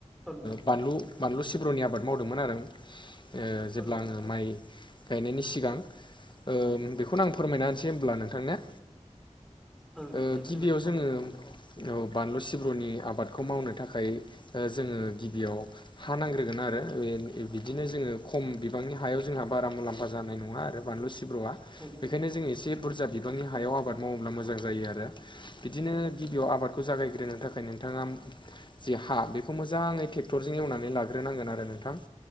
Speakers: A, in the centre; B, on the left.
A: औ नोंथां
B: बानलु बानलु सिब्रुनि आबाद मावदोंमोन आरो आं
A: औ
B: जेब्ला
A: नोंथां
B: आङो माइ गायनायनि सिगां ओ बेखौनो आं फोरमायना होनसै होनब्ला नोंथांनो
A: औ नोंथां
B: ओ
A: दे फोरमाय
B: गिबियाव जोङो औ बानलु सिब्रुनि आबादखौ मावनो थाखाय जोङो गिबियाव हा नांग्रोगोन आरो बे बिदिनो जोङो खम बिबांनि हायाव जोंहा बारा मुलाम्फा जानाय नङा आरो बानलु सिब्र'आ। बेखायनो
A: औ नोंथां औ
B: जों एसे बुरजा बिबांनि हायाव आबाद मावोब्ला मोजां जायो आरो। बिदिनो गिबियाव आबादखौ जागायग्रोनो थाखाय नोंथाङा जे हा बेखौ मोजाङै ट्रेक्टरजों एवनानै लाग्रोनांगोन आरो नोंथां।